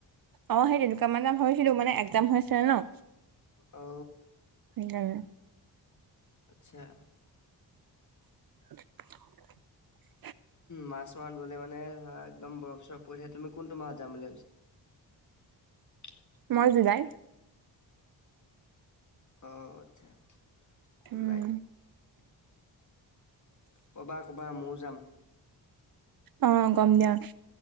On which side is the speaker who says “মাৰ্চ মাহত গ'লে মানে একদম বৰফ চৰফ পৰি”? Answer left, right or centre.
Left